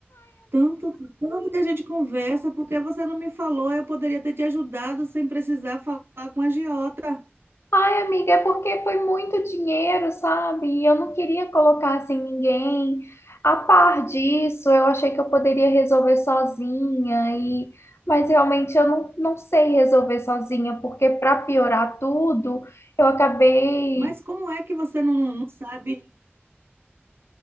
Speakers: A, on the right; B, on the left.
A: Tanto, tanto que a gente conversa, porque você não me falou, eu poderia ter te ajudado sem precisar falar com a agiota.
B: Ai, amiga, é porque foi muito dinheiro, sabe? E eu não queria colocar assim ninguém a par disso. Eu achei que eu poderia resolver sozinha e mas realmente eu não, não sei resolver sozinha, porque para piorar tudo, eu acabei.
A: Mas como é que você não, não sabe?